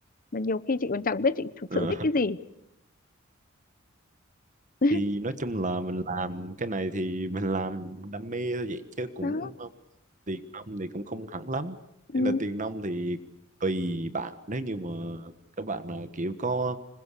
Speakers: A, on the left; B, on the right.
A: mà nhiều khi chị còn chẳng biết chị thực
B: Ờ,
A: sự thích cái gì <laughs>
B: thì nói chung là mình làm cái này thì mình làm đam mê thôi vậy chứ cũng
A: đó
B: ờ, tiền nong thì cũng không hẳn lắm
A: ừ.
B: thế là tiền nong thì tùy bạn nếu như mà các bạn là kiểu có